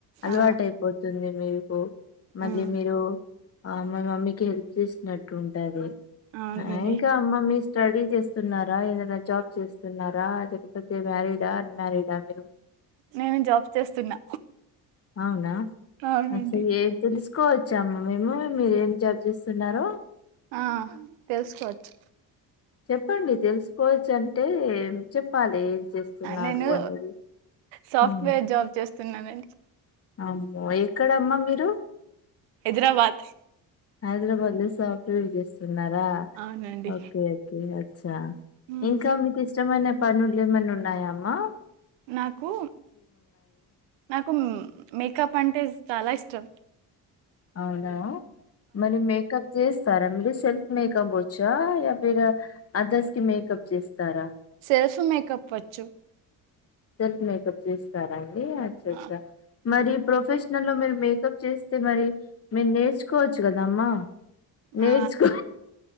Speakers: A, on the left; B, on the right.
A: అలవాటు
B: ఆ,
A: అయిపోతుంది మీకు మళ్ళీ
B: ఉమ్,
A: మీరు ఆమ్మస్ మమ్మీకి హెల్ప్ చేసినట్టు ఉంటది
B: అవునండి
A: ఇంకా అమ్మ మీ స్టడీ చేస్తున్నారా ఏదైనా జాబ్ చేస్తున్నారా లేకపోతే మ్యారీడా అన్మారీడా మీరు
B: నేను జాబ్ చేస్తున్నా
A: అవునా
B: అవునండి
A: అసలు ఏ తెలుసు కోవచ్చామ్మ మేము మీర ఏం జబ్ చేస్తున్నారు
B: ఆ తెలుసుకోవచ్చు
A: చెప్పండి తెలుసుకోవచ్చు అంటే చెప్పాలి చేస్తున్నారు
B: నేను
A: అనేది
B: సాఫ్ట్వేర్
A: ఉమ్.
B: జాబ్ చేస్తున్నానండి
A: అమ్మో ఎక్కడమ్మా మీరు
B: హైదరాబాద్
A: హైదరాబాద్ లొ సాప్ట్ వేర్ చేస్తున్నారా
B: అవునండి
A: ఓకే ఓకే అచ్చా
B: హ్మ్
A: ఇంకా మీకు ఇష్టమైన పనులు ఏమన్న ఉన్నాయామ్మా
B: నాకు నాకు మేకప్ అంటే చాలా ఇష్ట ష్టం
A: అవునా మరి మేకప్ చేసి స్తారా మీరు సెల్ఫ్ మేకప్ వచ్చా హాపీ గ అదర్స్ కి మేకప్ చేస్తారా
B: సెల్ఫ్ మేకప్ వచ్చు
A: సెల్ఫ్ మేకప్ చేస్తారాఅండి అచ్చ
B: ఆ
A: చ్చా మరి ప్రొఫెషనల్ లో మీరు మేకప్ చేస్తే మరి మీరు నేర్చుకోవచ్చు కదామ్మా నేర్చకో
B: ఆ,